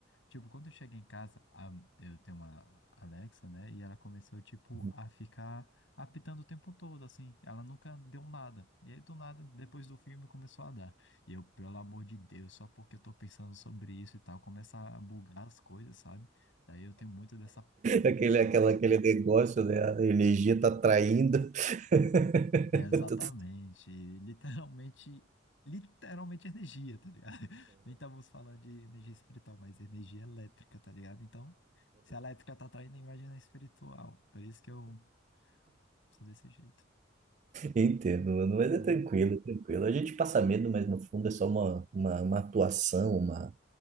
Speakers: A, on the left (about 75°); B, on the right (about 40°).
A: tipo, quando eu cheguei em casa, a- eu tenho uma Alexa, né? E ela começou, tipo,
B: <laughs>
A: a ficar apitando o tempo todo, assim. Ela nunca deu nada. E aí, do nada, depois do filme, começou a dar. E eu, pelo amor de Deus, só porque eu tô pensando sobre isso e tal, começa a bugar as coisas, sabe? Daí eu tenho muito dessa
B: Aquele,
A: questão,
B: aquela,
A: assim.
B: aquele negócio, né? A energia tá traindo. <laughs>
A: É, exatamente. Literalmente, literalmente energia, tá ligado? <laughs> Nem estamos falando de energia espiritual, mas energia elétrica, tá ligado? Então, se a elétrica tá atraindo, imagina a espiritual. Por isso que eu sou desse jeito.
B: Entendo, mano. Mas
A: Aham.
B: é tranquilo, é tranquilo. A gente passa medo, mas no fundo é só uma, uma, uma atuação, uma,